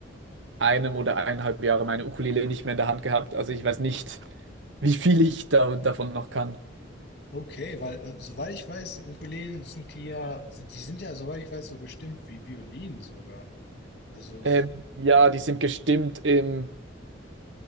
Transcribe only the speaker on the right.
einem oder eineinhalb Jahre meine Ukulele nicht mehr in der Hand gehabt. Also ich weiß nicht, wie viel ich da, davon noch kann.
Ähm,
ja, die sind gestimmt im